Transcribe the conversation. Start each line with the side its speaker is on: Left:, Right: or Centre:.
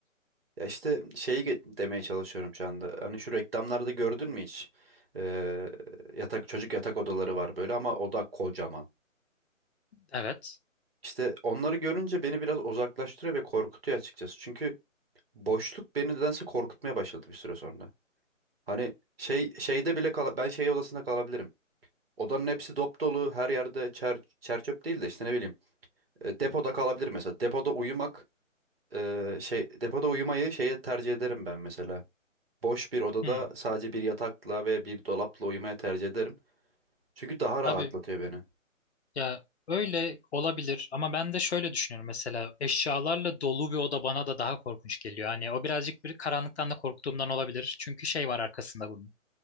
Right: Ya işte şeyi ge- demeye çalışıyorum şu anda. Hani şu reklamlarda gördün mü hiç? E, yatak çocuk yatak odaları var böyle ama oda kocaman.
Left: Evet.
Right: İşte onları görünce beni biraz uzaklaştırıyor ve korkutuyor açıkçası. Çünkü Boşluk beni nedense korkutmaya başladı bir süre sonra. Hani şey şeyde bile kala- ben şey odasında kalabilirim. Odanın hepsi dop dolu, her yerde çer, çer çöp değil de işte ne bileyim. e, depoda kalabilir mesela. Depoda uyumak e, şey depoda uyumayı şeye tercih ederim ben mesela. Boş bir odada
Left: Hmm.
Right: sadece bir yatakla ve bir dolapla uyumaya tercih ederim. Çünkü daha
Left: Abi
Right: rahatlatıyor beni.
Left: Ya öyle olabilir ama ben de şöyle düşünüyorum mesela eşyalarla dolu bir oda bana da daha korkunç geliyor. Hani o birazcık bir karanlıktan da korktuğumdan olabilir. Çünkü şey var arkasında bunun.